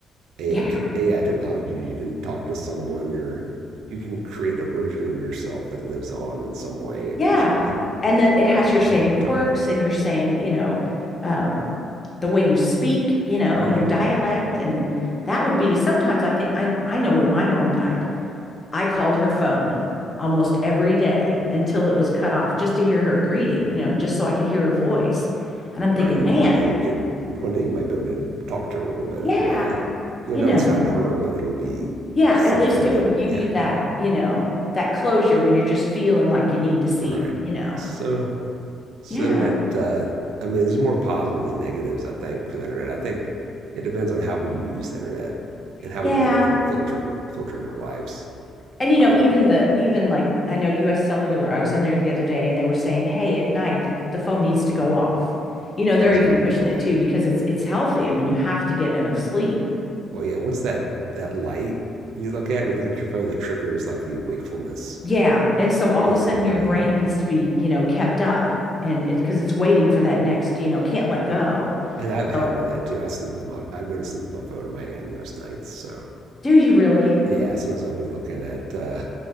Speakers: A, on the right; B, on the left.
A: AI
B: Yeah.
A: technology. You can talk to someone or you can create a version of yourself that lives on in some way eventually,
B: Yeah. And that it has
A: right?
B: your same
A: An avatar.
B: quirks and your same, you know, um, the way you speak, you know,
A: Right,
B: your dialect.
A: right,
B: And that would be sometimes I think I, I know when my mom died, I called her phone almost every day until it was cut off just to hear her greeting, you know, just so I could hear her voice. And I'm thinking,
A: right. And
B: man,
A: one day you could, one day you might be able to talk to her a little bit
B: yeah.
A: in a way. You'll
B: You
A: know
B: know,
A: it's not her, but it'll be
B: yeah,
A: something
B: at least it
A: that,
B: would give
A: yeah,
B: you that, you know, that closure when you're just feeling like you need to see
A: Right.
B: her, you know.
A: So, so
B: Yeah.
A: the internet, uh, I mean, there's more positives than negatives, I think, for the internet. I think it depends on how we use the internet and how
B: Yeah.
A: we let it in filter filter in our lives.
B: And you know,
A: Um,
B: even the even like I know US Cellular, I was in there the other day and they were saying, "Hey, at night the, the phone needs to go off." You know, they're
A: exactly.
B: even pushing
A: Yeah.
B: it too because it's it's healthy. I mean, you have to get enough sleep.
A: Well, yeah. What's that that light you look at when you look at your phone that triggers like the wakefulness
B: Yeah. And so all
A: in
B: of a sudden
A: your brain?
B: your brain needs to be, you know, kept up and it's because it's waiting for that next, you know, can't let go.
A: And I have a
B: Oh,
A: habit of that too. I sleep with my I go to sleep with my phone in my hand most nights. So
B: do you really?
A: yeah, sometimes I'll be looking at uh,